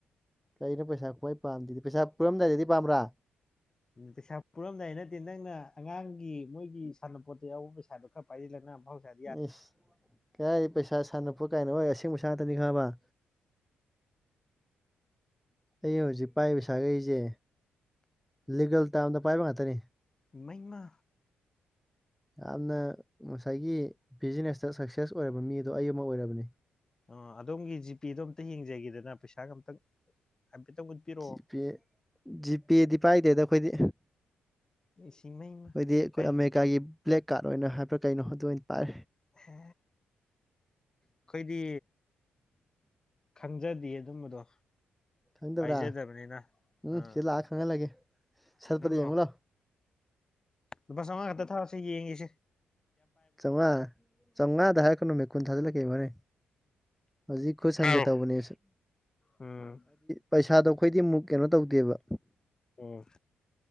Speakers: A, in the centre; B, on the left.
A: ꯀꯩꯅꯣ ꯄꯩꯁꯥ ꯈ꯭ꯋꯥꯏ ꯄꯥꯝꯗꯦꯗꯤ ꯄꯩꯁꯥ ꯄꯨꯔꯝꯗꯥꯏꯗꯗꯤ ꯄꯥꯝꯕ꯭ꯔꯥ
B: ꯎ ꯄꯩꯁꯥ ꯄꯨꯔꯝꯗꯥꯏ ꯅꯠꯇꯦ ꯅꯪꯅ ꯑꯉꯥꯡꯒꯤ ꯃꯣꯏꯒꯤ ꯁꯥꯟꯅꯄꯣꯠꯇ ꯌꯥꯎꯕ ꯄꯩꯁꯥꯗꯣ ꯈꯔ ꯄꯥꯏꯖꯤꯜꯂꯒ ꯅꯪ ꯑꯐꯥꯎ ꯁꯥꯏ
A: ꯏꯁꯁ ꯀꯗꯥꯏꯗꯩ ꯄꯩꯁꯥ ꯁꯥꯟꯅꯄꯣꯠ ꯀꯥꯏꯅ ꯑꯣꯏ ꯑꯁꯦꯡꯕ ꯁꯥꯉꯥꯇꯅꯤ ꯈꯪꯉꯕ ꯑꯩ ꯍꯧꯖꯤꯛ ꯄꯥꯏ ꯄꯩꯁꯥꯈꯩꯖꯦ ꯂꯤꯒꯦꯜ ꯇꯥꯝꯗ ꯄꯥꯏꯕ ꯉꯥꯛꯇꯅꯤ
B: ꯏꯃꯩꯃꯥ
A: ꯌꯥꯝꯅ ꯉꯁꯥꯏꯒꯤ ꯕꯤꯖꯤꯅꯦꯁꯇ ꯁꯛꯁꯦꯁ ꯑꯣꯏꯔꯕ ꯃꯤꯗꯣ ꯑꯩ ꯑꯃ ꯑꯣꯏꯔꯕꯅꯤ
B: ꯑ ꯑꯗꯣꯝꯒꯤ ꯖꯤꯄꯦꯗꯣ ꯑꯝꯇ ꯌꯦꯡꯖꯒꯦꯗꯅ ꯄꯩꯁꯥꯒ ꯑꯝꯇꯪ ꯍꯥꯏꯐꯦꯠꯇꯪ ꯎꯠꯄꯤꯔꯛꯑꯣ
A: ꯖꯤꯄꯦ ꯖꯤꯄꯦꯗꯤ ꯄꯥꯏꯗꯦꯗ ꯑꯩꯈꯣꯏꯗꯤ
B: ꯏꯁꯤꯡꯃꯩꯃ
A: ꯍꯣꯏꯗꯤ ꯑꯩꯈꯣꯏ
B: ꯑꯩ
A: ꯑꯃꯦꯔꯤꯀꯥꯒꯤ ꯕ꯭ꯂꯦꯛ ꯀꯥꯠ ꯑꯣꯏꯅ ꯍꯥꯏꯕ꯭ꯔꯥ ꯀꯩꯅꯣ ꯑꯗꯨ ꯑꯣꯏꯅ ꯄꯥꯏ
B: ꯍꯦ ꯑꯩꯈꯣꯏꯗꯤ ꯈꯪꯖꯗꯦ ꯑꯗꯨꯝꯕꯗꯣ
A: ꯈꯪꯗꯕ꯭ꯔꯥ
B: ꯄꯥꯏꯖꯗꯕꯅꯤꯅ
A: ꯎꯝ
B: ꯑꯥ
A: ꯁꯤ ꯂꯥꯛꯑ ꯈꯪꯍꯜꯂꯒꯦ ꯁꯠꯄꯗ
B: ꯍꯜꯂꯣ
A: ꯌꯦꯡꯉꯣ ꯂꯥꯎ
B: ꯂꯨꯄꯥ ꯆꯧꯉꯥ ꯈꯇꯥ ꯊꯥꯎ ꯁꯦ ꯌꯦꯡꯉꯦꯁꯦ
A: ꯆꯧꯉꯥ ꯆꯝꯉꯥꯗ ꯍꯥꯏꯔꯛꯀꯅꯨꯃꯦ ꯀꯨꯟ ꯊꯥꯖꯤꯜꯂꯛꯀꯦ ꯍꯣꯔꯦꯟ ꯍꯧꯖꯤꯛ ꯈꯨꯠ ꯁꯪꯒꯦ
B: ꯊꯥꯔꯣ
A: ꯇꯧꯕꯅꯦꯁꯤ
B: ꯎꯝ
A: ꯄꯩꯁꯥꯗꯣ ꯑꯩꯈꯣꯏꯗꯤ ꯃꯨꯛ ꯀꯩꯅꯣ ꯇꯧꯗꯦꯕ
B: ꯎꯝ